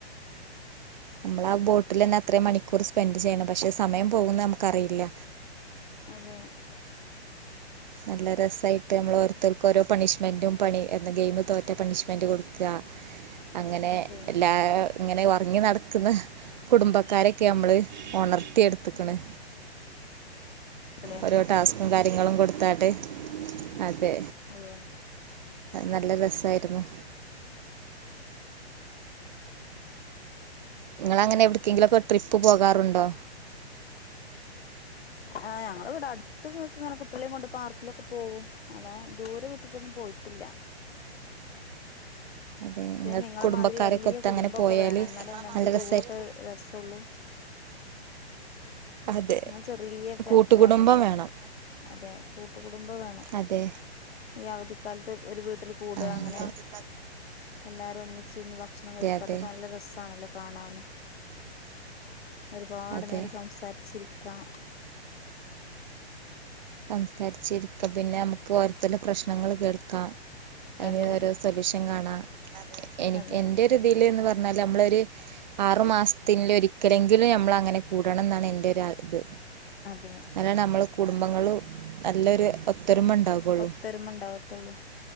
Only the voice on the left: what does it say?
അതെ
അതെ
അതെ
അതെ
ആ ഞങ്ങൾ ഇവിടെ അടുത്ത് ഇങ്ങനെ കുട്ടികളെയും കൊണ്ട് പാർക്കിലൊക്കെ പോവും അല്ല ദൂരെ വിട്ടിട്ടൊന്നും പോയി പിന്നെ
നിങ്ങളെ
മാതിരി വലിയ
കുടുംബമൊക്കെ
വേണം എന്നാല നമുക്ക്
ടൂറൊക്കെ
രസള്ളൂ
ഞങ്ങൾ ചെറിയ
ഫാമിലിയാണ്
അതെ കൂട്ടുകുടുംബം വേണം
ഈ അവ ദിക്കാലത്ത് ഒരു വീട്ടിൽ കൂടുക
അങ്ങനെ
എല്ലാരും ഒന്നി ച്ചിരുന്ന് ഭക്ഷണം കഴിക്കുക
അതൊക്കെ
നല്ല രസാണല്ലോ കാണാന് ഒരുപാട്
നേരം സംസാരിച്ചിരിക്കാം
അതെ
അതെ
അതെ
ഒത്തരുമ ഉണ്ടാവത്തുള്ളൂ